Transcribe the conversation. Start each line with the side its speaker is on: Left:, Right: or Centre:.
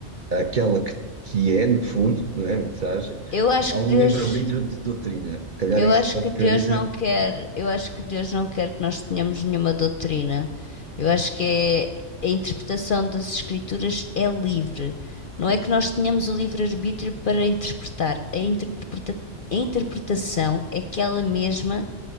Right: aquela que, que é, no fundo, não é a mensagem,
Left: eu acho
Right: há
Left: que
Right: um
Left: Deus.
Right: livre-arbítrio de doutrina, se calhar
Left: Eu
Right: é isso
Left: acho
Right: que eu
Left: que Deus
Right: queria dizer.
Left: não quer, eu acho que Deus não quer que nós tenhamos nenhuma doutrina. Eu acho que é, a interpretação das Escrituras é livre. Não é que nós tenhamos o livre-arbítrio para interpretar. A interpreta- a interpretação é que ela mesma